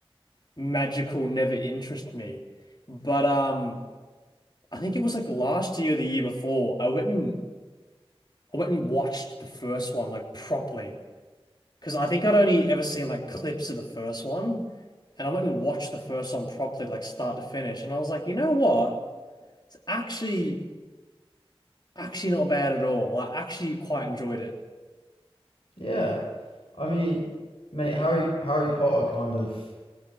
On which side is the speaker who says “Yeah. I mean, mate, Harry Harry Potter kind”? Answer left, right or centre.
Left